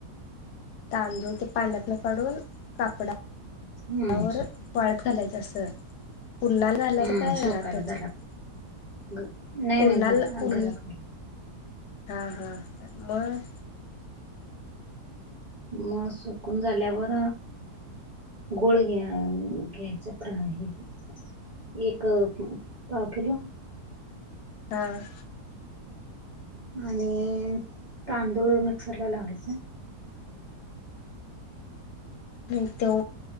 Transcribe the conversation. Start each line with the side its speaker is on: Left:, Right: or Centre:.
Left: तांदूळ ते पाण्यातन न काढून कापडा त्यावर
Right: हम्म
Left: वाळत घालायचं असं पुन्हा घालाय
Right: हम्म
Left: काय
Right: सोकायला
Left: घरातच
Right: घरात
Left: <unintelligible>
Right: ग- नाही
Left: उन्हाल
Right: नाही घरा
Left: ऊन
Right: घरात घाल
Left: हा हा मग
Right: मग सुकून झाल्यावर गुळ घ्या घ्यायचं प्र आहे एक पाव किलो
Left: हा-
Right: आणि तांदुळ मिक्सर ला लावायचा
Left: मी त्यो